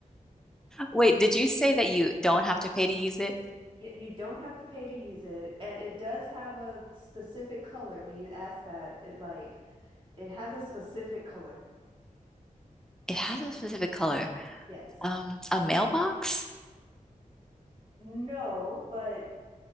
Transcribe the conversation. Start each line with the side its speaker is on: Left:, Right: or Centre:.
Centre: Wait, did you say that you don't have to pay to use it?
Right: Yeah, you don't have to pay to use it, and it does have a specific color. When you ask that, it like it has a specific color.
Centre: It has a specific color.
Right: Yes.
Centre: Um, a mailbox?
Right: No, but